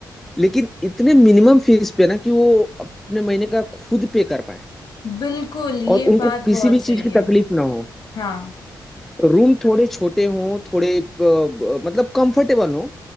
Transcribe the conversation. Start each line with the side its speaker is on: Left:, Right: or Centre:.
Centre: लेकिन इतने मिनिमम फीस पे ना कि वो अपने महीने का खुद पे कर पाए
Left: बिल्कुल ये
Centre: और उनको
Left: बात
Centre: किसी
Left: बहुत
Centre: भी
Left: सही
Centre: चीज की
Left: है
Centre: तकलीफ ना हो
Left: हाँ
Centre: रूम थोड़े छोटे हों थोड़े अ, अ, मतलब कंफर्टेबल हों